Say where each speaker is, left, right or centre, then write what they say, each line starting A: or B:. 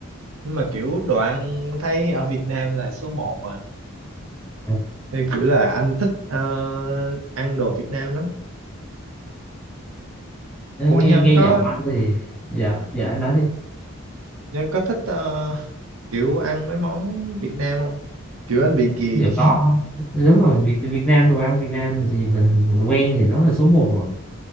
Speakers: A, on the right; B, in the centre.
A: nhưng mà kiểu đồ ăn thấy ở Việt Nam là số một rồi
B: ờ.
A: thì kiểu là anh thích ờ, ăn đồ Việt Nam lắm
B: Nếu
A: Ủa
B: nghe
A: Nhân
B: nghe
A: có
B: giọng anh thì dạ dạ anh nói đi
A: Nhân có thích ờ, kiểu ăn mấy món Việt Nam không? Kiểu anh bị ghiền.
B: dạ có đúng rồi Việt Việt Nam đồ ăn Việt Nam thì mình quen thì nó là số một rồi